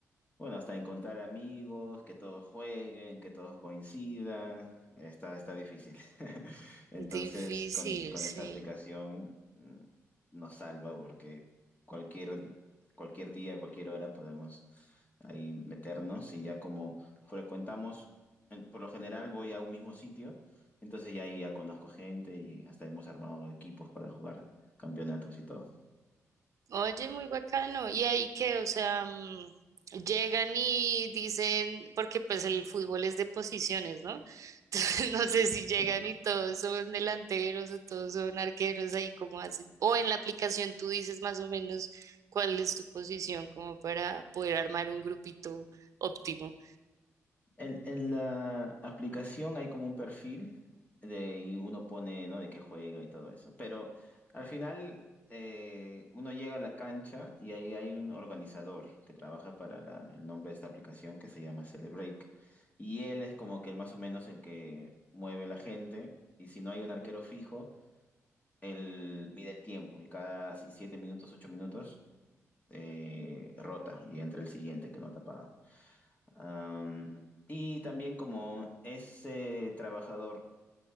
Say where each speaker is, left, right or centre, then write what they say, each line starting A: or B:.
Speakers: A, on the left; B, on the right.
A: Bueno, hasta encontrar amigos, que todos jueguen, que todos coincidan, está, está difícil. <laughs> Entonces,
B: Difícil,
A: con, con
B: sí.
A: esta aplicación mm, nos salva porque cualquier, cualquier día, cualquier hora podemos ahí meternos y ya como frecuentamos, en- por lo general voy a un mismo sitio, entonces ya ahí ya conozco gente y hasta hemos armado equipos para jugar campeonatos y todo.
B: Oye, muy bacano. ¿Y ahí qué? O sea, mm, llegan y dicen, porque pues el fútbol es de posiciones, ¿no? <laughs> Entonces, no sé si llegan
A: Sí.
B: y todos son delanteros o todos son arqueros, ahí cómo hacen. O en la aplicación tú dices más o menos cuál es tu posición como para poder armar un grupito óptimo.
A: En, en la aplicación hay como un perfil de, y uno pone, ¿no? De qué juega y todo eso. Pero al final eh, uno llega a la cancha y ahí hay un organizador que trabaja para la- el nombre de esta aplicación que se llama Celebreak. Y él es como que más o menos el que mueve la gente. Y si no hay un arquero fijo, él mide el tiempo y cada si siete minutos, ocho minutos, eh, rota y entra el siguiente que no ha tapado. Am, y también como ese trabajador